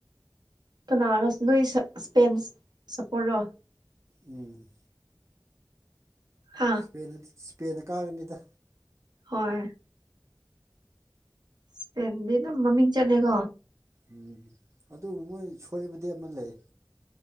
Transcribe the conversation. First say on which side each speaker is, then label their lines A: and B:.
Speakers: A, on the right (about 70°); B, on the right (about 40°).
A: ꯀꯅꯥꯔꯣ ꯅꯣꯏ ꯏꯁꯄꯦꯟ ꯆꯞꯄꯣꯠꯔꯣ
B: ꯎꯝ
A: ꯍꯥ
B: ꯏꯁꯄꯦꯟ ꯏꯁꯄꯦꯟꯅ ꯀꯥꯒꯅꯤꯗ
A: ꯍꯣꯏ ꯏꯁꯄꯦꯟꯗꯤ ꯑꯗꯨꯝ ꯃꯃꯤꯡ ꯆꯠꯂꯦꯀꯣ
B: ꯎꯝ ꯑꯗꯨꯕꯨ ꯃꯣꯏ ꯁꯣꯏꯕꯗꯤ ꯑꯃ ꯂꯩ